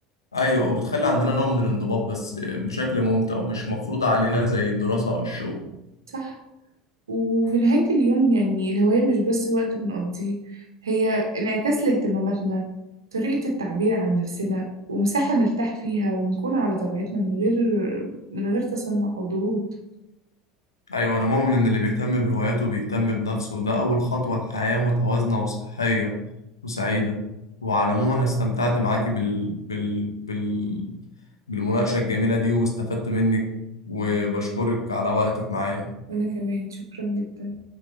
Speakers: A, on the left; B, on the right.
A: أيوة وبتخلي عندنا نوع من الانضباط بس بشكل ممتع ومش مفروض علينا زي الدراسة أو الشغل
B: صح؟ وفي نهاية اليوم يعني الهواية مش بس وقت بنقضيه هي انعكاس لاهتماماتنا طريقة التعبير عن نفسنا ومساحة نرتاح فيها ونكون على طبيعتنا من غير من غير تصنع أو ضغوط
A: أيوة أنا مؤمن إن اللي بيهتم بهواياته بيهتم بنفسه وده أول خطوة لحياة متوازنة وصحية وسعيدة وعلى العموم أنا استمتعت معاكي بال... بال... بال... بالمناقشة الجميلة دي واستفدت منك وبشكرك على وقتك معايا
B: وأنا كمان شكرا جدا